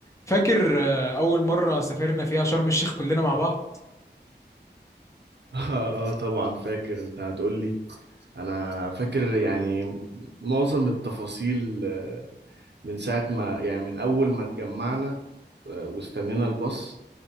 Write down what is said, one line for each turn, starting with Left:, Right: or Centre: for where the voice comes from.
Left: فاكر آه، اول مره سافرنا فيها شرم الشيخ كلنا مع بعض
Right: اه آه، طبعا فاكر انت هتقول لي انا فاكر يعني معظم التفاصيل آه، من ساعة ما يعني من اول ما اتجمعنا آه، واستنينا الباص